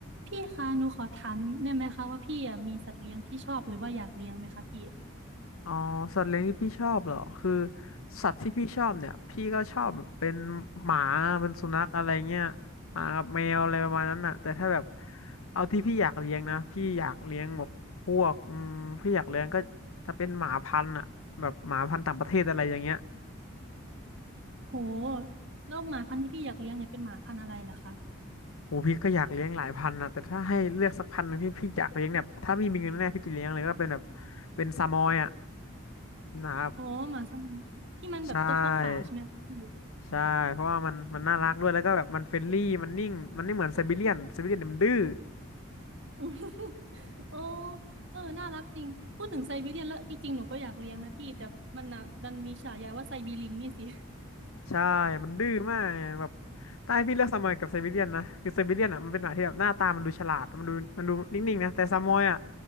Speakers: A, on the right; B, on the left.
A: พี่คะหนูขอถามได้ไหมคะว่าพี่อะมีสัตว์เลี้ยงที่ชอบหรือว่าอยากเลี้ยงไหมคะพี่
B: อ๋อสัตว์เลี้ยงที่พี่ชอบเหรอคือสัตว์ที่พี่ชอบเนี่ยพี่ก็ชอบแบบเป็นหมาเป็นสุนัขอะไรเงี้ยหมากับแมวอะไรประมาณนั้นน่ะแต่ถ้าแบบเอาที่พี่อยากเลี้ยงนะพี่อยากเลี้ยงแบบพวกอืมพี่อยากเลี้ยงก็จะเป็นหมาพันธุ์อ่ะแบบหมาพันธุ์ต่างประเทศอะไรอย่างเงี้ย
A: โหแล้วหมาพันธุ์ที่พี่อยากเลี้ยงเนี่ยเป็นหมาพันธุ์อะไรล่ะคะ
B: โอ้พี่ก็อยากเลี้ยงหลายพันธุ์นะแต่ถ้าให้เลือกสักพันธุ์หนึ่งที่พี่อยากเลี้ยงเนี่ยถ้ามีมีเงินแน่พี่จะเลี้ยงเลยก็เป็นแบบเป็นซามอยอ่ะนะครับ
A: อ๋อหมาสมิงที่มันแบบตัวขาวๆใช่ไหมคะพี่
B: ใช่ ใช่เพราะว่ามันมันน่ารักด้วยแล้วก็แบบมันเฟรนลี่มันนิ่งมันไม่เหมือนไซบีเรียนไซบีเรียนมันดื้อ
A: <laughs> โอ้เออน่ารักจริงพูดถึงไซบีเรียนแล้วจริงๆหนูก็อยากเลี้ยงนะพี่แต่มันน่ะดันมีฉายาว่าไซบีลิงนี่สิ <laughs>
B: ใช่มันดื้อมากแบบถ้าให้พี่เลือกซามอยกับไซบีเรียนนะคือไซบีเรียนอ่ะมันเป็นหมาที่แบบหน้าตามันดูฉลาดมันดูมันดูนิ่งๆนะแต่ซามอยอ่ะ